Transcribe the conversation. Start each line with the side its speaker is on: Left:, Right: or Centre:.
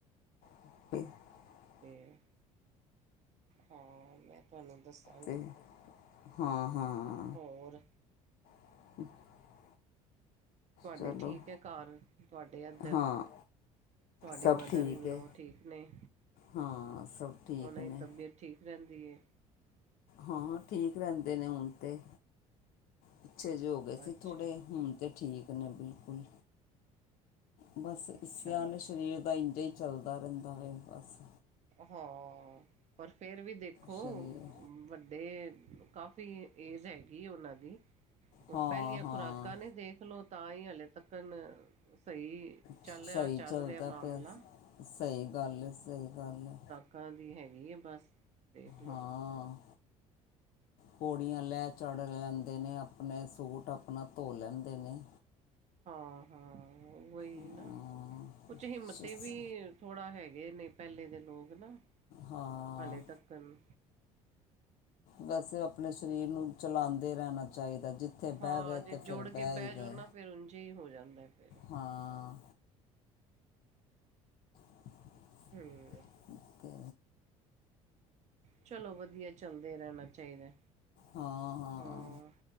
Left: <inaudible>
Right: ਤੇ ਹਾ ਮੈਂ ਤਾਨੂੰ ਦੱਸ
Left: ਤੇ ਹਾਂ ਹਾਂ।
Right: ਹੋਰ
Left: <inaudible>
Right: ਤੁਹਾਡੇ
Left: ਚਲੋ
Right: ਠੀਕ ਐ ਘਰ ਤੁਹਾਡੇ ਇੱਧਰ।
Left: ਹਾਂ
Right: ਤੁਹਾਡੀ
Left: ਸਭ
Right: ਮਦਰ
Left: ਠੀਕ
Right: ਇਨ
Left: ਹੈ
Right: ਲੋ ਠੀਕ ਨੇ,
Left: ਹਾਂ ਸਭ ਠੀਕ
Right: ਉਹਨਾਂ
Left: ਨੇ
Right: ਦੀ ਤਬੀਅਤ ਠੀਕ। ਰਹਿੰਦੀ ਐ।
Left: ਹਾਂ-ਹਾਂ ਠੀਕ ਰਹਿੰਦੇ ਨੇ ਹੁਣ ਤੇ, ਪਿੱਛੇ ਜੇ ਹੋ- ਗਏ ਸੀ
Right: ਅੱਛਾ,
Left: ਥੋੜੇ, ਹੁਣ ਤੇ ਠੀਕ ਨੇ ਬਿਲਕੁਲ। ਬਸ
Right: ਅੱਛਾ,
Left: ਸਿਆਨੇ
Right: ਅੱਛਾ
Left: ਸਰੀਰ ਦਾ ਇੰਝ ਈ ਚੱਲਦਾ ਰਹਿੰਦਾ ਐ, ਬਸ।
Right: ਹਾਂ, ਪਰ ਫੇਰ ਵੀ ਦੇਖੋ
Left: ਸਰੀਰ
Right: ਵੱ- ਦੇ ਕਾਫੀ ਏਜ ਹੈਗੀ ਉਹਨਾਂ ਦੀ, ਹੁਣ
Left: ਹਾਂ
Right: ਪਹਿਲੀਆਂ
Left: ਹਾਂ
Right: ਖੁਰਾਕਾਂ ਨੇ ਜੇ, ਦੇਖਲੋ ਤਾਂ ਹੀ ਹਲੇ ਤੱਕਨ, ਸਹੀ ਚੱਲ
Left: ਸਹੀ
Right: ਰਿਹਾ ਚੱਲ
Left: ਚੱਲਦਾ
Right: ਰਿਹਾ ਮਾਮਲਾ।
Left: ਪਿਆ ਸਹੀ ਗੱਲ ਏ- ਸਹੀ ਗੱਲ ਏ।
Right: ਕਾ ਦੀ ਹੈਗੀ ਐ ਬਸ। ਦੇਖ ਲਓ।
Left: ਹਾਂ। ਪੌੜੀਆਂ ਲੈ ਚੜ ਲੈਂਦੇ ਨੇ, ਆਪਣੇ ਸੂਟ ਆਪਣਾ ਧੋ ਲੈਂਦੇ ਨੇ।
Right: ਹਾਂ-ਹਾਂ ਉਹੀ
Left: ਹਾਂ
Right: ਨਾ, ਕੁਛ ਹਿੰਮਤੀ
Left: ਸ-
Right: ਵੀ। ਥੋੜਾ ਹੈਗੇ ਨੇ ਪਹਿਲੇ ਦੇ ਲੋਕ ਨਾ,
Left: ਹਾਂ
Right: ਹਾਲੇ ਤੱਕਨ।
Left: ਬਸ ਆਪਣੇ ਸਰੀਰ ਨੂੰ ਚਲਾਂਦੇ ਰਹਿਣਾ ਚਾਹੀਦਾ। ਜਿੱ- ਤੇ
Right: ਹਾਂ
Left: ਬਹਿ ਗਏ
Right: ਜੇ
Left: ਤੇ
Right: ਜੋੜ
Left: ਫੇਰ ਬਹਿ
Right: ਕੇ
Left: ਈ
Right: ਜਾਓ
Left: ਗਏ,
Right: ਨਾ ਫਿਰ ਉਝ ਹੀ ਹੋ ਜਾਂਦਾ ਫਿਰ
Left: ਹਾਂ। ਹਾਂ <unintelligible>
Right: ਹੂੰ।
Left: ਠੀਕ ਐ।
Right: ਚਲੋ ਵਧੀਆ, ਚੱਲਦੇ ਰਹਿਣਾ ਚਾਹੀਦਾ।
Left: ਹਾਂ-ਹਾਂ
Right: ਹਾਂ